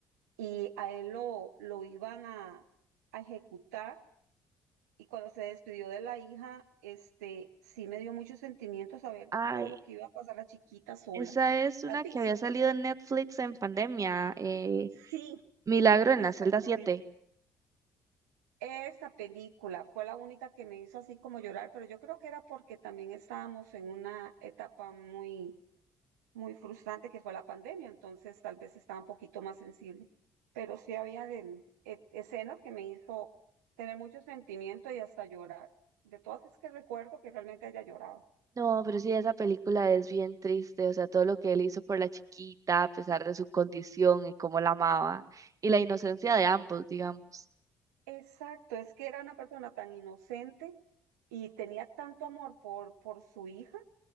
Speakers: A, on the right; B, on the right.
A: y a él lo, lo iban a, a ejecutar Y cuando se despidió de la hija, este, sí me dio mucho sentimiento saber
B: Ay,
A: todo lo que iba a pasar la chiquita sola.
B: esa es
A: ¿La
B: una
A: has visto?
B: que había salido en Netflix en pandemia. eh,
A: Sí,
B: Milagro en
A: Exactamente.
B: la celda siete
A: Esa película fue la única que me hizo así como llorar, pero yo creo que era porque también estábamos en una etapa muy, muy frustrante que fue la pandemia, entonces tal vez estaba un poquito más sensible. Pero sí había de- e- escenas que me hizo tener mucho sentimiento y hasta llorar. De todas es que recuerdo que realmente haya llorado.
B: No, pero sí, esa película es bien triste. O sea, todo lo que él hizo por la chiquita, a pesar de su condición y cómo la amaba. Y la inocencia de ambos, digamos.
A: Exacto, es que era una persona tan inocente y tenía tanto amor por, por su hija